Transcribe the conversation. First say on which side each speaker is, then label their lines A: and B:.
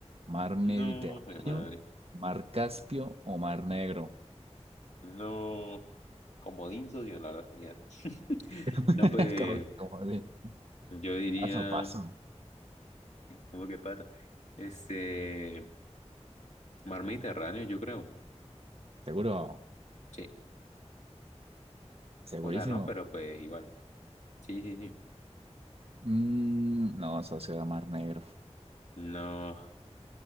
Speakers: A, on the right (about 60°); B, on the left (about 80°).
A: ¿Mar Mediterráneo,
B: No, mi madre.
A: Mar Caspio o Mar Negro?
B: No, comodín, socio, la verdad, tenía. <laughs>
A: <laughs>
B: No, pues
A: Como, como de
B: yo diría,
A: paso a paso.
B: ¿cómo que pasa? Este, mar Mediterráneo, yo creo.
A: ¿Seguro?
B: Sí,
A: ¿Segurísimo?
B: o sea, no, pero pues igual. Sí, sí, sí.
A: Mm, no, socio de Mar Negro.
B: No,